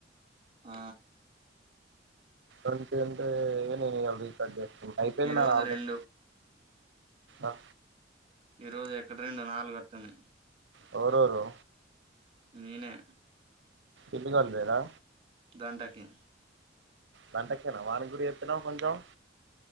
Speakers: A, on the right; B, on the right.
A: ఆ
B: ఏంటంటే ఏమి వాల్ద్ కట్ చేస్తే అయిపోయింది
A: ఈ
B: నాది
A: రోజు
B: ఆల్రెడీ
A: రెండు
B: అ
A: ఈ రోజు ఎక్కడ్రెండు నాలుగు వత్తుంది
B: ఎవరెవరు
A: నేనే
B: ఇల్లు గాల్లేదా
A: గంటకి
B: గంటకేన వానిక్కూడ చెప్ పినవ్ కొంచం